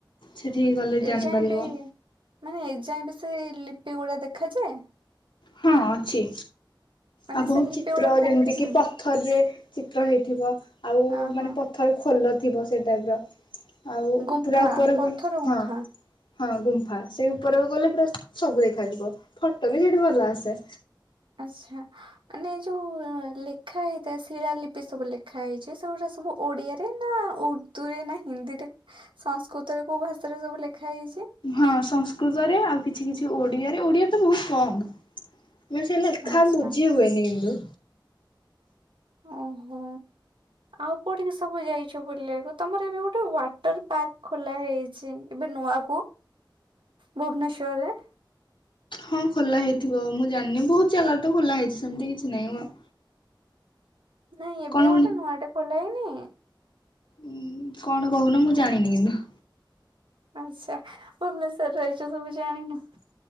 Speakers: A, on the left; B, on the right.
A: ସେଠିକ ଗଲେ
B: ଏଯାଏ
A: ଜାଣିପାରିବ
B: ବି ମାନେ ଏଯାଏ ବି ସେ ଲିପି ଗୁଡା ଦେଖାଯାଏ।
A: ହଁ ଅଛି।
B: ମାନେ
A: ଆଉ ବହୁତ
B: ସେ ଲିପି
A: ଚିତ୍ର
B: ଗୁଡା କୋଉ
A: ଯେମିତି କିି
B: ହୁଁ
A: ପଥରରେ ଚିତ୍ର ହେଇଥିବ ଆଉ
B: ହଁ
A: ମାନେ
B: ହଁ
A: ଥରେ ଖୋଲ ଥିବ ସେଟାଇପର ଆଉ
B: ଗୁମ୍ଫା
A: ପୁରା ଉପରକୁ
B: ପଥର ଗୁମ୍ଫା
A: ହଁ ହଁ ଗୁମ୍ଫା ସେଇ ଉପରକୁ ଗଲେ ପୁରା ସବୁ ଦେଖାଯିବ ଫଟୋ ବି ସେଠି ଭଲ ଆସେ।
B: ଆଛା ମାନେ ଯୋଉ ଲେଖା ହେଇଥାଏ ଶିଳାଲିିପି ସବୁ ଲେଖା ହେଇଛି, ସେଗୁଡା ସବୁ ଓଡ଼ିଆରେ ନା ଉର୍ଦ୍ଦୁରେ ନା ହିନ୍ଦୀରେ ସଂସ୍କୃତରେ କେଉଁ ଭାଷାରେ ସବୁ ଲେଖା ହେଇଛି?
A: ହଁ ସଂସ୍କୃତରେ ଆଉ କିଛି କିଛି ଓଡିଆରେ, ଓଡିଆ ତ ବହୁତ କମ୍ ମାନେ ସେ ଲେଖା
B: ଆଚ୍ଛା
A: ବୁଝି ହୁଏନି କିନ୍ତୁ
B: ଓହୋ ଆଉ କୋଉଠିକି ସବୁ ଯାଇଛ ବଲିବାକୁ, ତମର ଏବେ ଗୋଟେ ୱାଟର ପାର୍କ ଖୋଲା ହେଇଛି ଏବେ ନୂଆ କ ଭୁବନେଶ୍ଵରରେ
A: ହଁ ଖୋଲା ହେଇଥିବ ମୁଁ ଜାଣିନି, ବହୁତ ଜାଗାରେ ତ ଖୋଲା ହେଇଛି ସେମିତି କିଛି ନାହିଁ।
B: ନାଇଁ ଏବେ
A: କଣ
B: ଗୋଟେ ନୂଆ ଟେ ଖୋଲା ହେଇନି?
A: ଉଁ କଣ କହୁନ ମୁଁ ଜାଣିନି କିନ୍ତୁ
B: ଆଛା ଭୁବନେଶ୍ୱର ରେ ରହିଛ ସବୁ ଜାଣିନ?